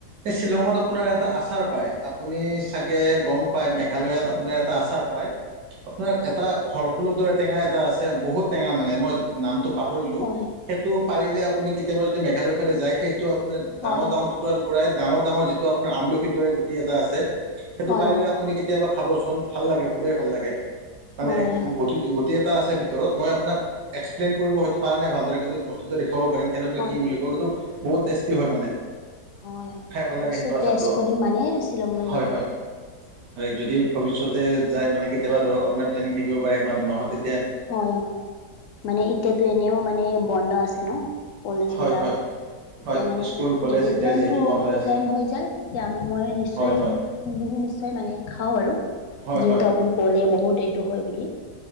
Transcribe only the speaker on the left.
হয়
হয়
হয়
হয়
হয়
হয় হয়
হয়
হয় হয়
মই
নিশ্চয়
টেষ্ট কৰিম মানে শ্বিলংলৈ
গ'লে
হয়
হয়
হয় হয় মানে এতিয়াতো এনেও মানে বন্ধ আছে ন কলেজ
বিলাক-
তেতিয়া
মানে
যদি
প্লেনটো
প্লেন হৈ যায় তেতিয়া মই নিশ্চয়-
নিশ্চয় মানে খাওঁ আৰু
যিহেতু
আপুনি কলে বহুত এইটো হয় বুলি।